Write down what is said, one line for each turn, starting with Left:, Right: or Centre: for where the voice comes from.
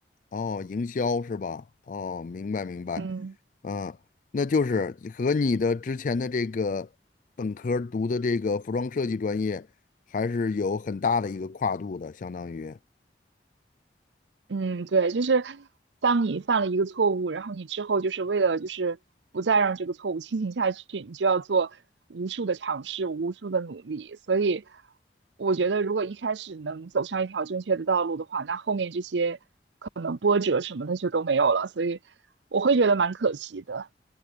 Left: 哦，营销是吧？哦，明白明白，
Right: 嗯。
Left: 嗯，那就是和你的之前的这个本科儿读的这个服装设计专业还是有很大的一个跨度的，相当于，
Right: 嗯，对，就是当你犯了一个错误，然后你之后就是为了就是不再让这个错误进行下去，你就要做无数的尝试，无数的努力。所以我觉得，如果一开始能走上一条正确的道路的话，那后面这些可能波折什么的就都没有了。所以我会觉得蛮可惜的。